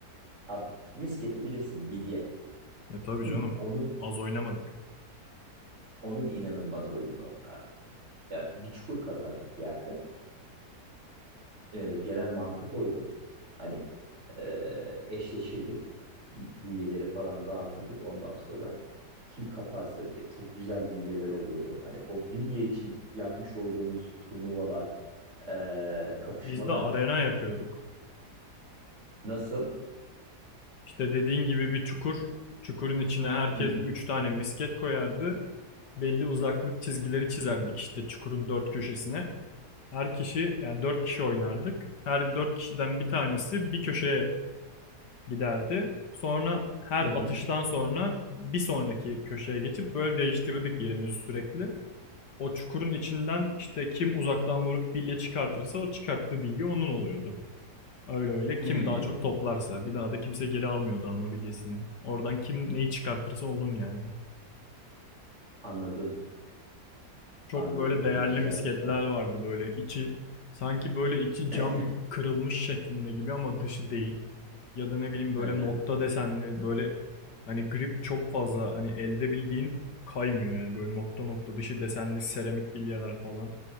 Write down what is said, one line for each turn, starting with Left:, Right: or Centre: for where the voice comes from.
Right: abi misketi bilirsin bilye.
Left: E tabii
Right: <clears throat>
Left: canım.
Right: Onun
Left: Az oynamadık.
Right: onun inanılmaz oyununu oynardık. Ya bir çukur kazardık yerde. e, genel mantık oydu. Hani e, eşleşirdik. Bilyeleri falan dağıtırdık ondan sonra kim kaparsa diye. Çok güzel bilyeler oluyordu. Hani o bilye için yapmış olduğumuz turnuvalar, e, kapışmalar
Left: Biz de arena yapıyorduk.
Right: nasıl?
Left: İşte dediğin gibi bir çukur. Çukurun içine herkes
Right: Hı hı.
Left: 3 tane misket koyardı. Belli uzaklık çizgileri çizerdik işte çukurun dört köşesine. Her kişi yani 4 kişi oynardık. Her 4 kişiden bir tanesi bir köşeye giderdi. Sonra her
Right: Hı hı.
Left: atıştan sonra bir sonraki köşeye geçip böyle değiştirirdik yerimizi sürekli. O çukurun içinden işte kim uzaktan vurup bilye çıkartırsa o çıkarttığı bilye onun oluyordu. Öyle öyle.
Right: Hmm.
Left: Kim daha çok toplarsa. Bir daha da kimse geri almıyordu ama bilyesini. Oradan kim neyi çıkartırsa onun yani.
Right: Anladım.
Left: Çok
Right: Anladım.
Left: böyle
Right: O
Left: değerli
Right: da güzelmiş
Left: misketler
Right: abi.
Left: vardı böyle içi sanki böyle içi cam
Right: <clears throat>
Left: kırılmış şeklinde gibi ama dışı değil. Ya da ne bileyim böyle
Right: Hı hı.
Left: nokta desenli böyle hani grip çok fazla hani elde bildiğin kaymıyor yani böyle nokta nokta dışı desenli seramik bilyeler falan.